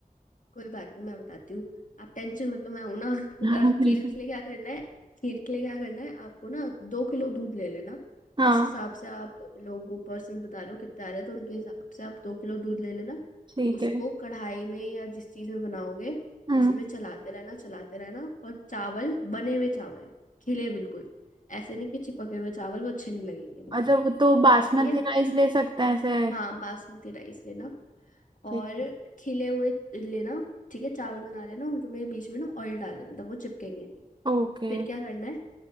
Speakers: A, on the left (about 60°); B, on the right (about 30°).
A: कोई बात नहीं मैं बताती हूँ आप टेंशन मतलब मैं हूं ना <laughs>
B: <laughs>
A: अ,
B: बिल्कुल
A: खीर के लिए क्या करना है खीर के लिए क्या करना है आपको ना दो किलो दूध ले लेना
B: हाँ
A: जिस हिसाब से आप लोगों पर्सन बता रहे हो कितना आ रहा है तो उनके हिसाब से आप दो किलो दूध ले लेना
B: ठीक
A: उसको
B: है
A: कढ़ाई में या जिस चीज में बनाओगे
B: हम्म
A: उसमें चलाते रहना चलाते रहना और चावल बने हुए चावल खिले बिल्कुल ऐसे नहीं कि चिपके हुए चावल वो अच्छे नहीं लगेंगे बिल्कुल
B: अच्छा वो
A: भी
B: तो बासमती
A: ठीक है
B: राइस ले सकते हैं ऐसे
A: हाँ बासमती राइस लेना
B: ठीक
A: और खिले हुए लेना ठीक है चावल बना लेना उनको में बीच में ना ऑयल डाल देना तब वो चिपकेंगे नहीं
B: ओके
A: फिर क्या करना है